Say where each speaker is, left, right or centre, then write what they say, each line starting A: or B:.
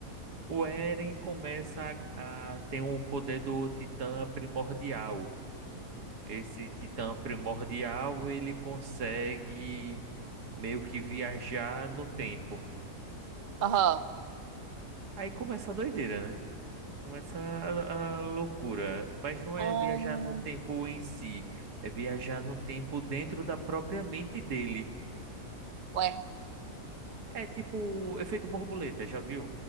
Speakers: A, on the right; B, on the right.
A: O Eren começa a, a ter o poder do titã primordial. Esse titã primordial, ele consegue meio que viajar no tempo.
B: Aham.
A: Aí começa a doideira, né? Começa a, a loucura, mas não
B: Ah,
A: é viajar no tempo em si, é viajar no tempo dentro da própria mente dele.
B: ué.
A: É tipo efeito borboleta, já viu?